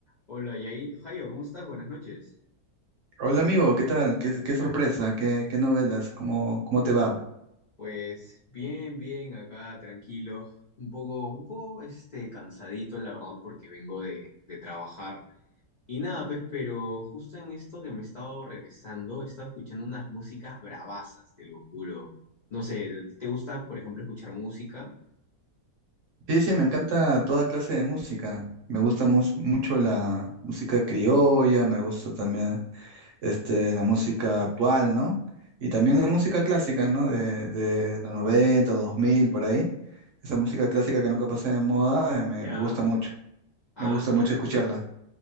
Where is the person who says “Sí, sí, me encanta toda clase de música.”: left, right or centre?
Right